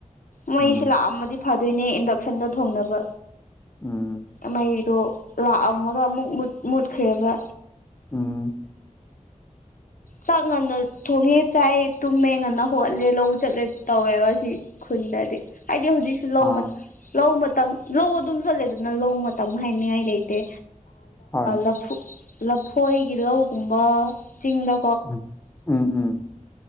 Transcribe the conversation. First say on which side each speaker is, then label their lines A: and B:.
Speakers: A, on the left; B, on the left.
A: ꯃꯩꯁꯤꯦ
B: ꯎꯝ
A: ꯂꯥꯛꯑꯝꯃꯗꯤ ꯐꯥꯗꯣꯏꯅꯦ ꯏꯟꯗꯛꯁꯟꯗꯣ ꯊꯣꯡꯅꯕ
B: ꯎꯝ
A: ꯃꯩ ꯑꯗꯣ ꯂꯥꯛꯑꯝꯃꯒ ꯑꯃꯨꯛ ꯃꯨꯠꯈ꯭ꯔꯦꯕ
B: ꯎꯝ
A: ꯆꯥꯛ ꯉꯟꯅ ꯊꯣꯡꯉꯦ ꯆꯥꯏ ꯇꯨꯝꯃꯦ ꯉꯟꯅ ꯍꯧꯒꯠꯂꯦ ꯂꯧ ꯆꯠꯂꯦ ꯇꯧꯋꯦꯕ ꯁꯤ ꯗꯤ ꯍꯥꯏꯗꯤ ꯍꯧꯖꯤꯛꯁ ꯂꯧ
B: ꯑꯥ
A: ꯂꯧ ꯃꯇꯝ ꯂꯧ ꯑꯗꯨꯝ ꯆꯠꯂꯦꯗꯅ ꯂꯧ ꯃꯇꯝ ꯍꯥꯏꯅꯤꯡꯉꯥꯏ ꯂꯩꯇꯦ
B: ꯍꯣꯏ ꯍꯣꯏ
A: ꯂꯐꯨ ꯂꯐꯣꯏꯒꯤ ꯂꯧꯒꯨꯝꯕ ꯆꯤꯡꯗ
B: ꯎꯝ ꯎꯝ ꯎꯝ